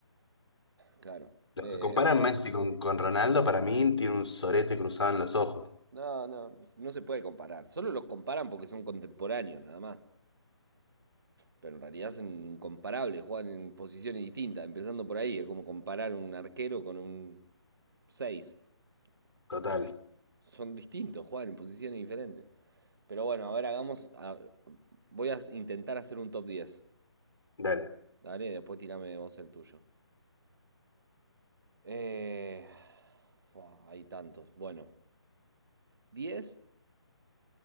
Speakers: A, on the right (about 50°); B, on the left (about 70°).
A: Claro.
B: Los
A: Eh,
B: que comparan Messi con, con Ronaldo, para mí, tiene un sorete cruzado en los ojos.
A: No, no, no se no se puede comparar. Solo los comparan porque son contemporáneos, nada más. Pero en realidad son incomparables, juegan en posiciones distintas. Empezando por ahí, es como comparar un arquero con un 6.
B: Total.
A: Primero. Son distintos, juegan en posiciones diferentes. Pero bueno, a ver, hagamos. a- voy a intentar hacer un top 10.
B: Dale.
A: Dale, después tirame vos el tuyo. Eh, fua, hay tantos. Bueno, 10.